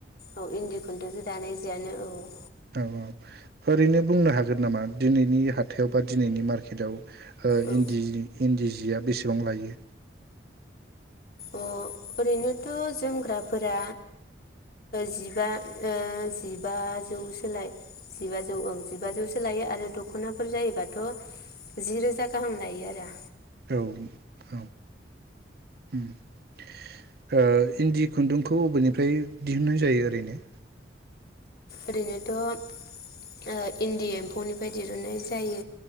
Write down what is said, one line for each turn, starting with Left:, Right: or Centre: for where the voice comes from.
Left: औ इन्दि खुन्दुंजों दानाय जियानो औ
Right: औ ओरैनो बुंनो हागोन नामा दिनैनि हाथायाव बा दिनैनि मार्केटआव हो
Left: औ
Right: इन्दिजि इन्दिजि जिया बेसेबां लायो?
Left: अ ओरैनोथ' जोमग्राफोरा जिबा जिबाजौसो ला जिबाजौ ओं जिबाजौसो लायो आरो दखनाफोर जायोबाथ' जि रोजा गाहाम लायो आरो।
Right: औ औ ओ इन्दि खुन्दुंखौ अबेनिफ्राय दिहुननाय जायो ओरैनो?
Left: ओरैनोथ' इन्दि एम्फौनिफ्राय दिरुनन्नाय जायो